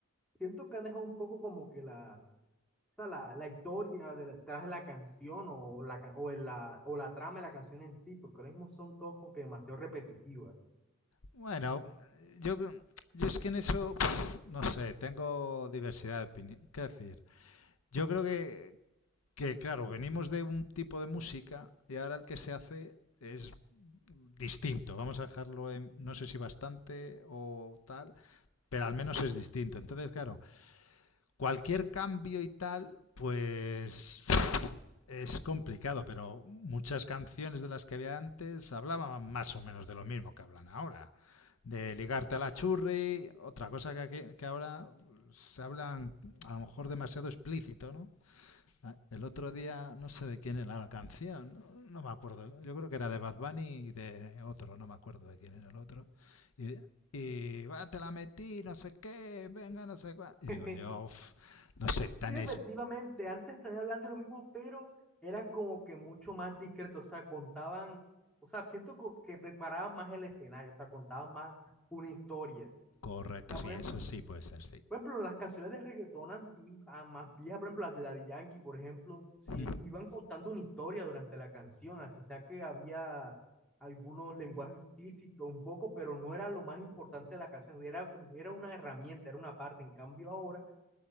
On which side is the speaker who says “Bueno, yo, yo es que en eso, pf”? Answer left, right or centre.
Left